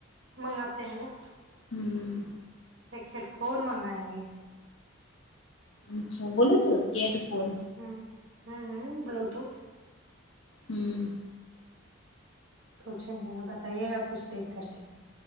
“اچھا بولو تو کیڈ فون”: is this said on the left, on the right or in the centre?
Left